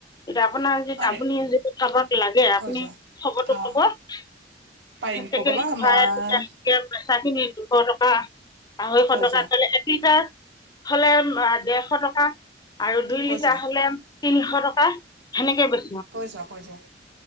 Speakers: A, on the left; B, on the right.
A: আপোনাৰ যি
B: অ
A: আপুনি যিটো থাকত লাগে আপুনি
B: কৈ যোৱা
A: খবো
B: অ
A: কবটেকেলি
B: পাৰিম কবলৈ
A: ভৰাই
B: মই
A: তেতিয়া পেচা খিনি দুশ টকা আঢ়ৈশ
B: কৈ
A: টকা
B: যোৱা
A: ট হলে ডেৰশ টকা আৰু দুই
B: কৈ
A: লিটাৰ
B: যোৱা
A: তিনিশ টকা সেনেকে বেছো
B: কৈ যোৱা কৈ যোৱা